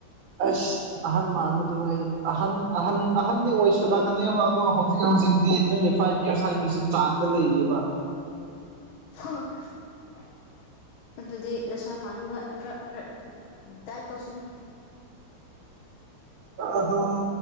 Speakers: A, on the right; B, on the left.
A: ꯑꯩꯁ ꯑꯍꯟ ꯃꯥꯟꯕꯗꯣ ꯑꯩ ꯑꯍꯟ ꯑꯍꯟ ꯑꯍꯟꯗꯤ ꯑꯣꯏꯁꯜꯂꯛꯀꯅꯦꯕ ꯑꯗꯣ ꯍꯧꯖꯤꯛ ꯍꯧꯖꯤꯛꯇꯤ ꯇ꯭ꯋꯦꯟꯇꯤ ꯐꯥꯏꯚ ꯏꯌꯥꯔꯁ ꯍꯥꯏꯕꯁꯤ ꯆꯥꯡꯗ ꯂꯩꯔꯤꯑꯦꯕ
B: <inaudible> ꯑꯗꯨꯗꯤ ꯅꯁꯥ ꯐꯥꯅꯕ ꯈꯔ ꯈꯔ ꯗꯥꯏꯠ ꯇꯧꯁꯤꯂꯣ
A: ꯑꯗꯣ